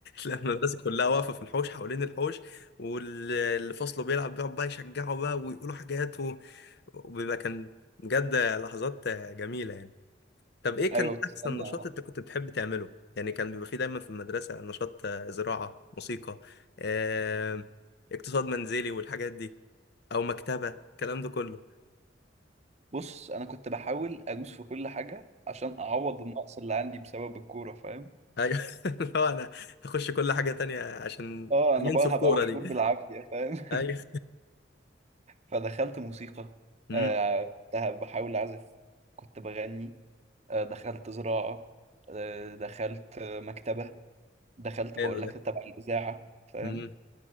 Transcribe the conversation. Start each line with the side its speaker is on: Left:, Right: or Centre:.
Left: لما الناس كلها واقفه في الحوش حوالين الحوش واللي فصله بيلعب بيقعد بقى يشجعه بقى ويقولوا حاجات و- وبيبقى كان بجد لحظات جميله يعني طب ايه كان
Right: ايوه وتستنى
Left: احسن نشاط انت كنت بتحب تعمله يعني كان بيبقى فيه دايما في المدرسه نشاط آه، زراعه موسيقى آه، اقتصاد منزلي والحاجات دي او مكتبه الكلام ده كله
Right: بص انا كنت بحاول ادوس في كل حاجة عشان اعوض النقص اللي عندي بسبب الكورة فاهم
Left: ايوه <laughs> لو انا هخش كل حاجه تانية عشان
Right: اه انا
Left: ينسوا
Right: بقى
Left: الكوره
Right: هبقى مشهور
Left: دي
Right: بالعافية فاهم <laughs>
Left: ايوه
Right: فدخلت موسيقى
Left: امم
Right: آه، كنت بحاول أعزف كنت بغني آه، دخلت زراعة آه، دخلت آه، مكتبة دخلت
Left: حلو
Right: بقول لك
Left: ده
Right: تبع الإذاعة فاهم
Left: امم